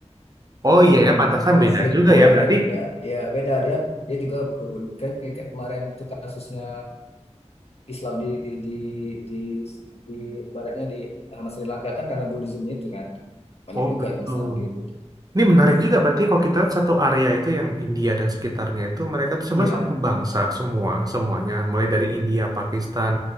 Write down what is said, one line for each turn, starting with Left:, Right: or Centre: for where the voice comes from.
Right: Oh iya
Left: Ini
Right: ya,
Left: kemarin
Right: pantasan
Left: konflik
Right: beda juga
Left: kemarin
Right: ya berarti.
Left: ya ya beda dia dia juga kebud- kan kayak kayak kemarin itu kasusnya Islam di di di di, di baratnya di eh, Mas Sri Lanka kan karena Buddhismenya itu kan banyak
Right: Oh
Left: juga
Right: betul.
Left: masalah gitu.
Right: Ini menarik juga berarti kalau kita lihat satu area itu yang India dan sekitarnya itu mereka tuh sebenarnya
Left: Iya,
Right: satu bangsa semua semuanya mulai dari India, Pakistan,